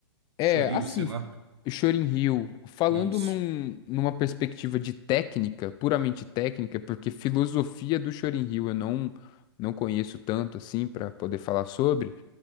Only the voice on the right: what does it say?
Shoryu,
sei lá.
Isso.